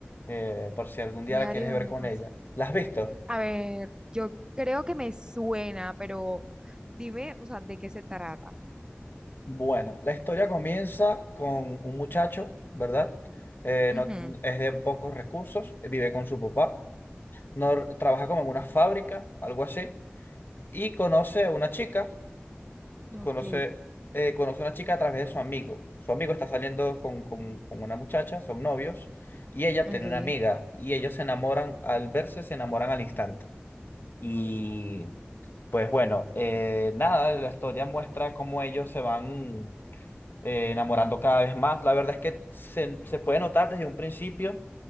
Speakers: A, on the left (about 55°); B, on the right (about 20°).
A: eh, por si algún día
B: diario
A: la quieres
B: de
A: ver
B: una
A: con
B: pasión.
A: ella. ¿La has visto?
B: A ver, yo creo que me suena, pero dime, o sea, ¿de qué se trata?
A: Bueno, la historia comienza con un muchacho, ¿verdad? Eh,
B: Ujú.
A: no, es de pocos recursos, vive con su papá, no, trabaja como en una fábrica, algo así, y conoce a una chica,
B: Ok,
A: conoce, eh, conoce a una chica a través de su amigo. Su amigo está saliendo con, con, con una muchacha, son novios, y ella
B: ok,
A: tiene una amiga, y ellos se enamoran, al verse se enamoran al instante. Y pues bueno, eh, nada, la historia muestra cómo ellos se van eh, enamorando cada vez más. La verdad es que se, se puede notar desde un principio